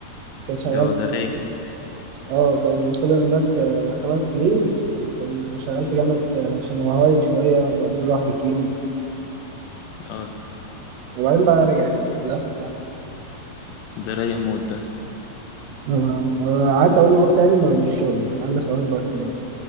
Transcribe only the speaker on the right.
كان شغال
في...
اه كان فضل هناك آه، خمس سنين آه، كان شغال في جامعه آه، شنغهاي شويه وبعدين راح بكين
وبعدين بقى رجع هنا للأسف يعني
هو- قعدت أقول له روح تاني ما مش راضي يعني قال لي خلاص بقى كفاية